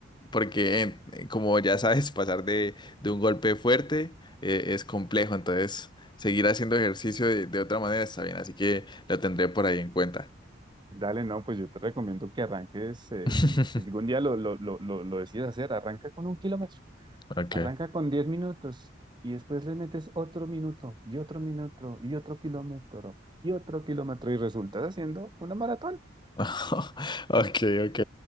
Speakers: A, on the left; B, on the right.
A: porque eh, como ya sabes, <laughs> pasar de, de un golpe fuerte eh, es complejo, entonces seguir haciendo ejercicio de, de otra manera está bien, así que lo tendré por ahí en cuenta.
B: Dale, no, pues yo te recomiendo que arranques, eh,
A: <laughs>
B: si, si algún día lo, lo, lo, lo, lo decides hacer, arranca con un kilómetro,
A: Ok.
B: arranca con 10 minutos y después le metes otro minuto y otro minuto y otro kilómetro y otro kilómetro y resultas haciendo una maratón.
A: <laughs> Ok, ok.